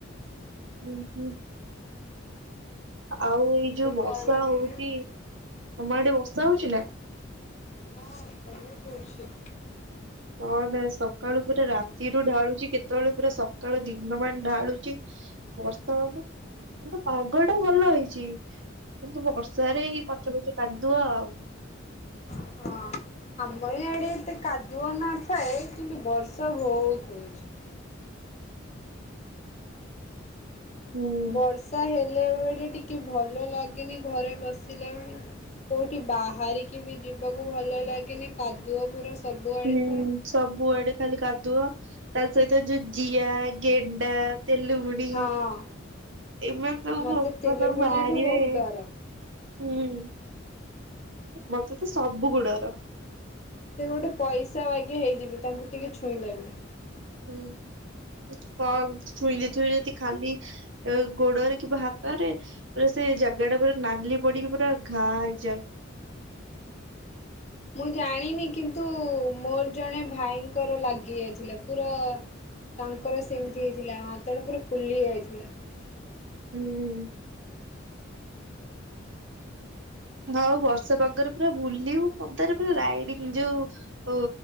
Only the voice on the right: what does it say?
ଉଁ ହୁଁ ଆଉ
ଏଇ ଯୋଉ
ବର୍ଷା
ହଉଚି
ତମ ଆଡେ ବର୍ଷା ହଉଚି ନା।
କ ନା ସକାଳୁ ପୁରା ରାତିରୁୁ ଢାଳୁଚି କେତେବେଳେ ପୁରା ସକାଳୁ ଦିନ ମାନ ଢାଳୁଚି। ବର୍ଷା ମାନେ କିନ୍ତୁ ପାଗ ଟା ଭଲ ହେଇଚି। କିନ୍ତୁ ବର୍ଷାରେ ଏଇ ପଚ ପଚ କାଦୁଅ ଆଉ।
ହୁଁ
ହୁଁ।
ସବୁଆଡେ ଖାଲି କାଦୁଅ ତା ସହିତ ଜୁ ଜିଆ, ଗେଣ୍ଡା, ତେଲୁଗୁ ଡି
ଏମାନେ ସବୁ
ପୋକ
ସବୁ ବାହାରିବେ।
ହୁଁ। ମତେ ତ ସବୁ କୁ ଡର।
ହୁଁ କ ଛୁଇଁ ଦେଇଥିବେ ଯଦି ଖାଲି ଅ ଗୋଡରେ କିବା ହାତରେ ଏ ସେ ଜାଗା ଟା ପୁରା ନାଲି ପଡିକି ପୁରା ଘା ହେଇଯାଏ।
ହୁଁ ହଉ ବର୍ଷା ପାଗରେ ପୁରା ବୁଲିବୁ ପଦାରେ ପୁରା ରାଇଡିଙ୍ଗ ଯୋଉ ଓ